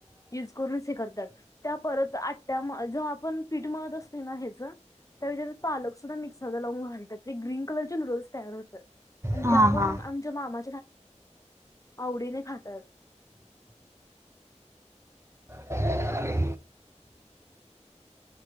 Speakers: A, on the left; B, on the right.
A: यज करून करतात त्या परत आ्या ज आपण पीठ मळत असते ना हच त्या वर पालक सुद्धा मिक्सरला लाव घलतात ते ग्रीन कलरचे नूडल्स तयार होतात आणि
B: हा
A: त्या पण
B: हा
A: आमच्या मामा आवडीने खातात
B: ह आणि